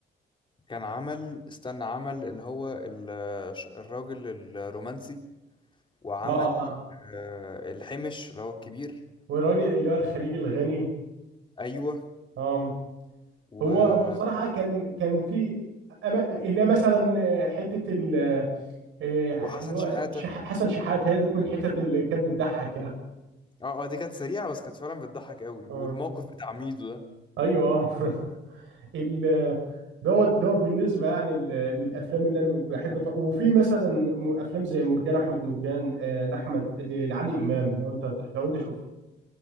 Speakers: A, on the left; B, on the right.
A: كان عمل استنى عمل اللي هو ال- ش- الراجل الرومانسي وعمل
B: اه اه
A: آه، الحمش اللي هو الكبير
B: والراجل اللي هو الخليجي الغني
A: ايوه
B: اه
A: و...
B: هو هو بصراحة كان كان في أما- اللي هي مثلا آه، حتة ال- آه،
A: وحسن
B: اللي هو
A: شحاتة
B: شح- حسن شحات هي ديت من الحتت اللي كان بتضحك يعني
A: اه اه دي كانت سريعة بس كانت فعلا بتضحك قوي
B: اه
A: والموقف بتاع ميدو ده
B: ايوه اه <laughs> ال- دوت دوت بالنسبة يعني ال- للأفلام اللي أنا بحب أتفرج وفي مثلا م- أفلام زي مرجان أحمد مرجان آه، لأحمد لعادل إمام لو أنت لو أنت شفته